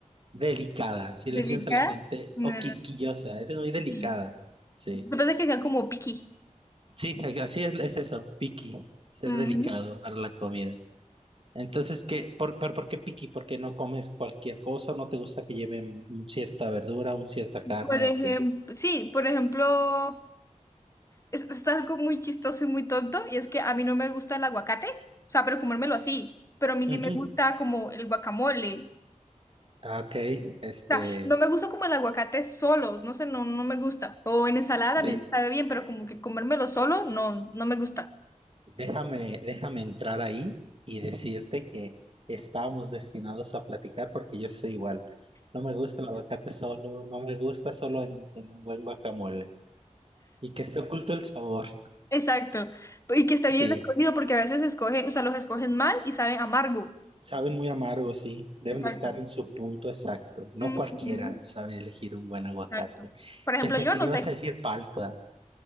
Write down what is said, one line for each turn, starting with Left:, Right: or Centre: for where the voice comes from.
Right: Delicada, si
Left: Delicada.
Right: le decimos a la gente,
Left: No.
Right: o quisquillosa, eres muy delicada.
Left: Y-
Right: Sí,
Left: Yo pensé que sean como piqui
Right: sí, e-, así es, es eso, picky, ser
Left: Ujú.
Right: delicado para la comida. Entonces, ¿qué? ¿Por, pero por qué picky? ¿Porque no comes cualquier cosa? ¿No te gusta que lleven cierta verdura, un cierta carne
Left: Por ejemplo,
Right: o qué?
Left: sí, por ejemplo. es, es algo muy chistoso y muy tonto, y es que a mí no me gusta el aguacate, o sea, pero comérmelo así, pero a mí
Right: <laughs>
Left: sí
Right: Ujú.
Left: me gusta como el guacamole.
Right: Ah, Ok, este,
Left: O sea, no me gusta como el aguacate solo, no sé, no, no me gusta. O en ensalada
Right: sí,
Left: también me sabe bien, pero
Right: eh,
Left: como que comérmelo solo, no, no me gusta.
Right: déjame, déjame entrar ahí y decirte que estábamos destinados a platicar porque yo soy igual. No me gusta el aguacate solo, no me gusta solo en, en un buen guacamole. Y que esté oculto el sabor.
Left: Exacto. Y que esté bien
Right: Sí,
Left: escogido, porque a veces escogen, o sea, los escogen mal y saben amargo.
Right: saben muy amargos, sí. Deben
Left: Exacto.
Right: de estar en su punto exacto. No
Left: Ujú,
Right: cualquiera sabe elegir un buen aguacate.
Left: Exacto. Por ejemplo,
Right: Pensé
Left: yo
Right: que
Left: no
Right: le ibas
Left: sé.
Right: a decir palta.